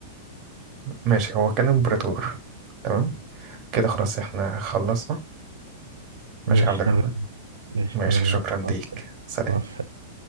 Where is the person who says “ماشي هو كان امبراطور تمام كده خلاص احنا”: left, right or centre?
Right